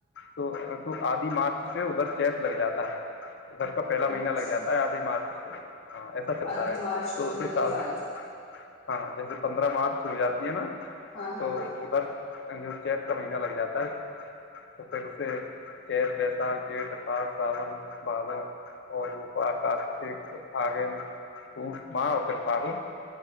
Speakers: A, on the left; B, on the left.
A: تو تو آدھی مارچ سے ادھر چیت لگ جاتا ہے ادھر کا پہلا
B: اچھا
A: مہینہ لگ جاتا ہے آدھی مارچ سے ہ ایسا چلتا
B: آدھی
A: ہے
B: مارچ
A: تو
B: ہونے
A: اس حساب
B: کے بعد
A: سے ہاں جیسے پندرہ مارچ سے ہو جاتی ہے نا
B: ہاں
A: تو
B: ہاں
A: ادھر جو چید کا مہینہ لگ جاتا ہے تو پھر اس سے چیت ویساخ جیٹ اثار ساون بادوں اور وہ پار کک پگن پ ماں ا پھر پارو